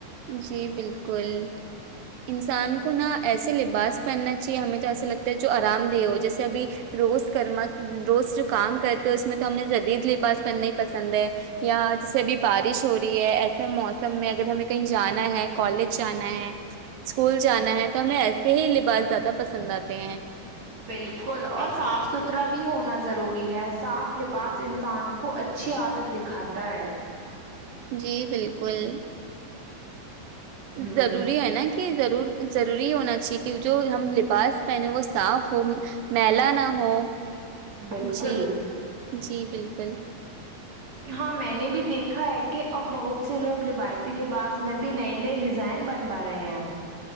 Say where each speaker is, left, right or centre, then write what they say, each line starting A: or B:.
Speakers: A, on the right; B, on the right.
A: جی بالکل انسان کو نہا ایسے لباس پہننا اچھ ہمیں تو ایسا لگتا ہے جو آرام دہ ہو جیے ابھی روز کرما روز جو کام کرتے اس میں تو ہمیں جدید لباس پہننا ہی پسند ہے یا جیسے ا بھی بارش ہو رہی ہے ایسے موسم میں اگر ہمیں کہیں جانا ہے کالج جانا ہے اسکول جانا ہے تو تو ہمیں ایسے ہی لباس زیادہ پسند آتے ہیں
B: بالکل اور صاف ستھرا بھی ہونا ضروری ہے صاف لباس انسان کو اچھی عادت دکھاتا ہے
A: جی بالکل
B: ہ
A: ضروری ہے نا کہ ضرور ضروری ہونا چاہیے کہ جو ہم لباس پہنے وہ صاف ہو میلا نہ ہو
B: بالکل
A: جی جی بالکل
B: ہاں میں نے بھی دیکھا ہے کہ اب بہت سے لوگ روایتی لباس میں بھی نئے نئے ڈیزائن بن بارے ہیں